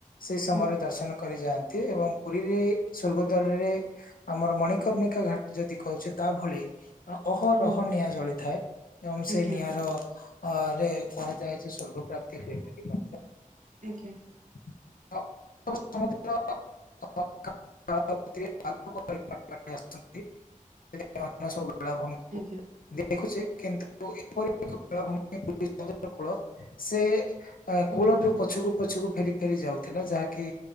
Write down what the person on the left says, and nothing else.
ସେଇ ସମୟର
ଦର୍ଶନ କରିଯାଆନ୍ତି ଏବଂ ପୁରୀରେ ସଵର୍ଗଦ୍ୱାରରେ ଆମର ମଣିକର୍ଣ୍ଣିକା ଘାଟ ଯଦି କହୁଛି ତା ଭଳି ଅହରହ
ନିଆଁ ଜଳିଥାଏ ଏବଂ ସେ
ନିଆଁର ଅ ରେ କୁହାଯାଏ ଯେ ସ୍ଵର୍ଗ ପ୍ରାପ୍ତି ହୁଏ ବୋଲି। ମଧ୍ୟ
<unintelligible> <unintelligible> ବେଳାଭୂମି
ଦେଖୁଛି, କିନ୍ତୁ ଏପରି ଏକ ବେଳାଭୂମି ପୁରୀ ସମୁଦ୍ର କୂଳ ସେ
କୂଳଠୁ
ପଛକୁ ପଛୁକୁ ଫେରି ଫେରି ଯାଉଥିଲା ଯାହାକି